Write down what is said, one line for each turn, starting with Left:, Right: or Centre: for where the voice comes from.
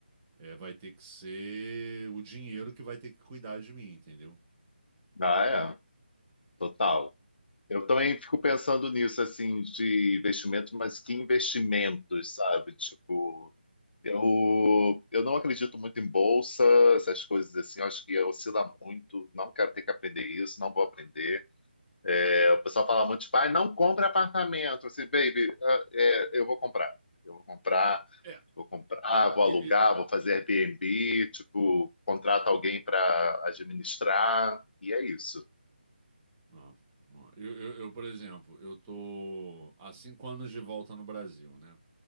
Right: É, vai ter que ser o dinheiro que vai ter que cuidar de mim, entendeu?
Left: Ah, é, total. Eu também fico pensando nisso, assim, de investimento, mas que investimentos, sabe? Tipo, eu, eu não acredito muito em bolsa, essas coisas assim, eu acho que oscila muito, não quero ter que aprender isso, não vou aprender. É, o pessoal fala muito, tipo, ah, não compra apartamento. Assim, baby, ah, é, eu vou comprar. Eu vou comprar,
Right: É,
Left: vou comprar, vou
Right: e,
Left: alugar,
Right: e-
Left: vou fazer Airbnb, tipo, contrato alguém para administrar, e é isso.
Right: Ah, ah, eu, eu, eu, por exemplo, eu tô há cinco anos de volta no Brasil, né?